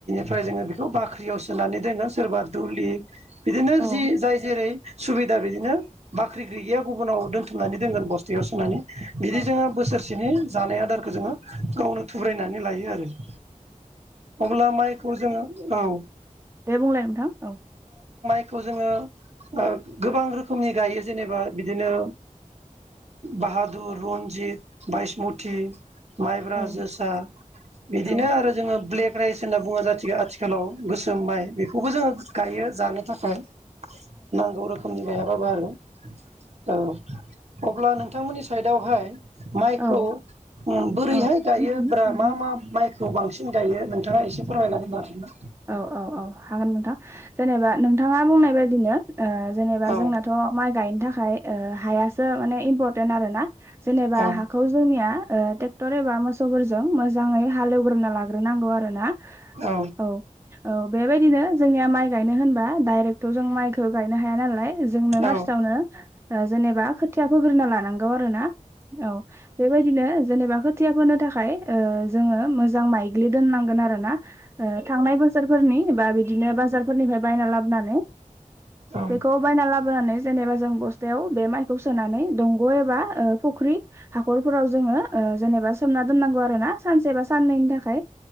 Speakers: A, on the right; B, on the right.
A: ओमफ्राय जोङो बेखौ बाख्रियाव सोनानै दोङो सोरबा दुलि बिदिनो
B: औ
A: जि जाय जेरै- सुबिदा बिदिनो बाख्रि गैयैया गुबुनाव दोन्थुमनानै दोनगोन बस्थ फथयाव सोनानै बिदि
B: औ
A: जोङो बोसोरसेनि जानाय आदारखौ जोङो गावनो थुब्रायनानै लायो आरो <unintelligible> अब्ला माइखौ जोङो औ
B: दे बुंलाय नोंथां औ।
A: बेखौ जोङो। ओ गोबां रोखोमनि गायो जेनेबा बिदिनो बाहादुर रनजि जित बायसमथि माइब्रा,
B: औ
A: जोसा बिदिनो
B: औ
A: आरो जोङो ब्लेक राइस होनना बुङो जाथि आथिखालाव गोसो सोम माइ बेखौबो जोङो गायो जानो थाखाय। नांगौ रोखोमनि गायाबाबो आरो औ अब्ला नोंथांमोननि साइदावहाय माइखौ
B: औ
A: अम बोरैहाय
B: औ
A: गायो ब्रा
B: औ
A: मा -मा माइखौ बांसिन गायो नोंथाङा एसे फोरमायना होनो हागोन ना?
B: औ -औ -औ हागोन नोंथां जेनेबा नोंथाङा बुंनाय बायदिनो ओ जेनेबा
A: औ
B: जोंनाथ' माइ गायनो थाखाय हाया फोरो माने इमफरटेन आरो ना जेनेबा
A: औ
B: हाखौ जोंनिया ट्रेक्टर एबा मोसौ फोरजों मोजाङै हालेवग्रोना लाग्रोनांगौ आरो ना।
A: औ
B: औ- औ बेबायदिनो जोंनिया माइ गायनो होनबा डाइरेक्टथ' जों माइखौ गायनो हाया नालाय जोंनो
A: औ
B: फार्स्टावनो जेनेबा खोथिया फोग्रोना लानांगौ आरो ना। औ बेबायदिनो जेनेबा खोथिया फोनो थाखाय ऐ जोङो मोजां माइग्लि दोननांगोन आरो ना। ओ थांनाय बोसोरफोरनि बा बिदिनो बाजार फोरनिफ्राय बायना लाबोनानै
A: औ
B: बेखौ बायना लाबोनानै जेनेबा जों बस्थायाव बे माइखौ सोनानै दंग' एबा ओ फुख्रि हाखरफोराव जोङो ओ जेनेबा सोमना दोननांगौ आरो ना सानसेबा साननैनि थाखाय।